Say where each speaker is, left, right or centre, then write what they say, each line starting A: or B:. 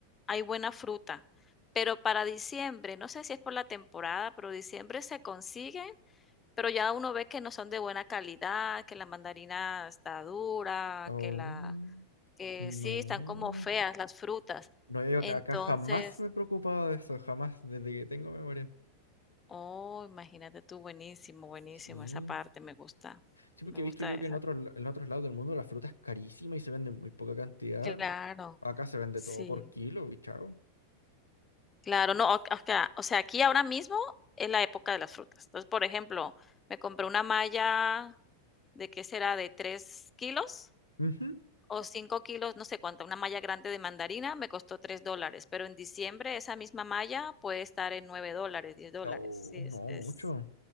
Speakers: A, on the left; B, on the left.
A: hay buena fruta, pero para diciembre, no sé si es por la temporada, pero diciembre se consiguen, pero ya uno ve que no son de buena calidad, que la mandarina está dura,
B: Oh,
A: que la que
B: no.
A: sí, están como feas las frutas.
B: No, yo
A: Entonces
B: acá, acá jamás me he preocupado de eso, jamás, desde que tengo memoria.
A: oh, imagínate tú, buenísimo, buenísimo,
B: Sí.
A: esa parte me gusta,
B: Sí, porque
A: me
B: he
A: gusta
B: visto yo
A: esa.
B: que en otros, la- en otros lados del mundo la fruta es carísima y se vende en muy poca cantidad.
A: Claro,
B: Acá se vende
A: sí.
B: todo por kilo y chao.
A: Claro, no, o acá, o sea, aquí ahora mismo es la época de las frutas. Entonces, por ejemplo, me compré una malla de qué será, de 3 kilos
B: Ujú.
A: o 5 kilos, no sé cuánto, una malla grande de mandarina me costó 3 dólares, pero en diciembre esa misma malla puede estar en 9 dólares, 10 dólares.
B: Oh,
A: Sí, es,
B: no,
A: es
B: mucho.